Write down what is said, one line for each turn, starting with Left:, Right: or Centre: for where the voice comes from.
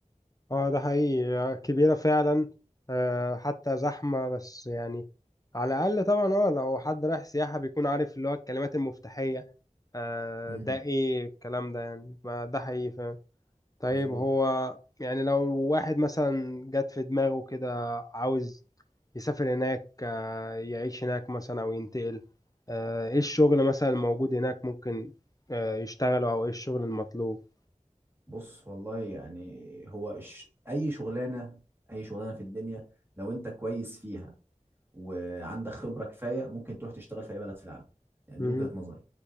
Left: اه ده حقيقي كبيرة فعلا آه حتى زحمة بس يعني على الأقل طبعا اه لو حد رايح سياحة بيكون عارف اللي هو الكلمات المفتاحية آه
Right: امم
Left: ده ايه الكلام ده يعني ما ده حقيقي فعلا طيب
Right: مظبوط
Left: هو يعني لو واحد مثلا جات في دماغه كده عاوز يسافر هناك آه يعيش هناك مثلا أو ينتقل آه ايه الشغل مثلا الموجود هناك ممكن آه يشتغله أو ايه الشغل المطلوب
Right: بص والله يعني هو الش... اي شغلانه اي شغلانه في الدنيا لو انت كويس فيها وعندك خبره كفايه ممكن تروح تشتغل في اي بلد في العالم يعني
Left: مهم.
Right: دي وجهه نظري